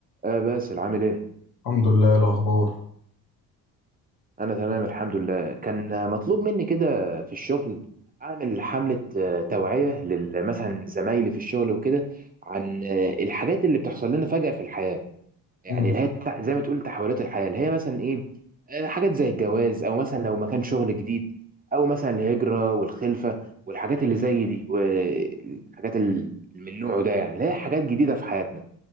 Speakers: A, on the right (about 25°); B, on the left (about 75°).
A: آه باسل عامل ايه؟
B: الحمد لله إيه الأخبار
A: انا تمام الحمد لله كان آه، مطلوب مني كده في الشغل اعمل حملة آه، توعية لل- مثلا زمايلي في الشغل وكده عن آه، الحاجات اللي بتحصل لنا فجأة في الحياة يعني
B: مم.
A: اللي هي تع- زي ما تقول تحولات الحياة اللي هي مثلا ايه آه، حاجات زي الجواز او مثلا لو مكان شغل جديد او مثلا الهجرة والخلفة والحاجات اللي زي دي والحاجات اللي من نوعه ده يعني اللي هي حاجات جديدة في حياتنا